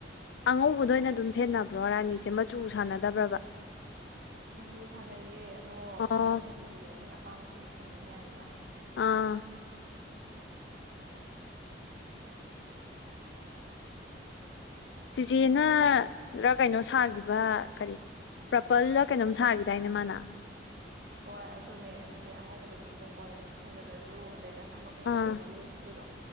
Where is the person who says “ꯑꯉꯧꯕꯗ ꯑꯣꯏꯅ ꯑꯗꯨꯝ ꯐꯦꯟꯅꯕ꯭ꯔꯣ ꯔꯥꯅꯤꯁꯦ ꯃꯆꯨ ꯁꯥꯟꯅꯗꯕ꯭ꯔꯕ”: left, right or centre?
Left